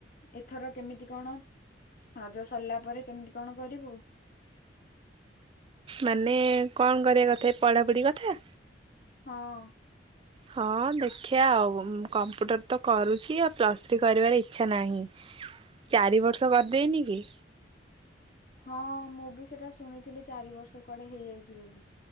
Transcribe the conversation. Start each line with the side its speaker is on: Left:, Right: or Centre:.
Left: ଏଥର କେମିତି କଣ? ରଜ ସରିଲା ପରେ କେମିତି କଣ କରିବୁ?
Right: ମାନେ କଣ କରିବା କଥା ପଢାପଢି କଥା?
Left: ହଁ।
Right: ହଁ ଦେଖିବା ଆଉ କମ୍ପ୍ୟୁଟର ତ କରୁଛି, ଆଉ ପ୍ଲସ୍ ଥ୍ରୀ କରିବାର ଇଚ୍ଛା ନାହିଁ ଚାରି ବର୍ଷ କରିଦେଇନି କି?
Left: ହଁ ମୁଁ ବି ସେଟା ଶୁଣିଥିଲି ଚାରି ବର୍ଷ କୁଆଡେ ହେଇଯାଇଛି ବୋଲି।